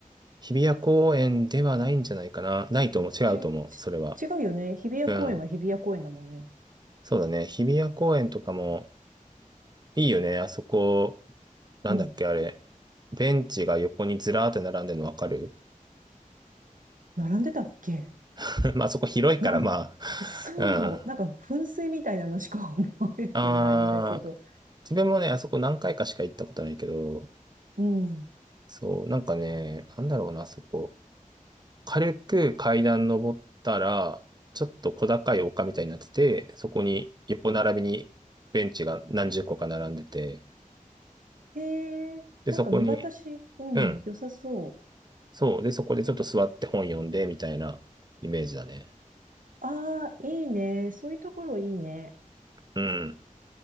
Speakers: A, on the right; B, on the right.
A: 日比谷公園ではないんじゃないかな。ないと思う。違うと思う。
B: ち、ち、
A: それは。
B: 違うよね。日比谷公園は日比谷公園だもんね。
A: うん。そうだね。日比谷公園とかもいいよね。あそこ、なんだっけ、
B: うん。
A: あれ。ベンチが横にずらーって並んでるのわかる
B: 並んでたっけ
A: <laughs> まあ、あそこ広いから、
B: なん、
A: ま
B: そう。
A: あ。うん。
B: なんか、噴水みたいなのしか <laughs> 覚えてないんだけど。
A: あー自分もね、あそこ何回かしか行ったことないけど、
B: うん。うん
A: そう、なんかね、なんだろうな、あそこ。軽く階段登ったら、ちょっと小高い丘みたいになってて、そこに横並びにベンチが何十個か並んでて、
B: へえ、
A: で、
B: なんか見渡し、
A: そこに、
B: うん、
A: うん、
B: 良さそう。
A: そう、で、そこでちょっと座って本読んで、みたいなイメージだね。
B: ああ、いいね。そういうところいいね。
A: うん、